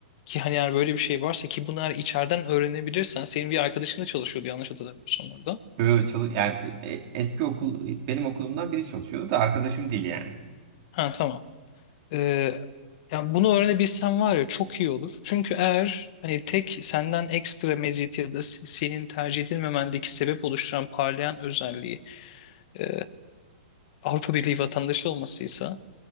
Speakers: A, on the left (about 50°); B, on the right (about 45°).
A: ki hani eğer böyle bir şey varsa ki bunu eğer içeriden öğrenebilirsen senin bir arkadaşın da çalışıyordu yanlış hatırlamıyorsam orada.
B: Böyle çalış yani e, e, eski okul benim okulumdan biri çalışıyordu da arkadaşım değil yani.
A: Ha tamam. Ee, yani bunu öğrenebilsen var ya çok iyi olur. Çünkü eğer hani tek senden ekstra meziyet ya da s- senin tercih edilmemendeki sebep oluşturan parlayan özelliği e, Avrupa Birliği vatandaşı olmasıysa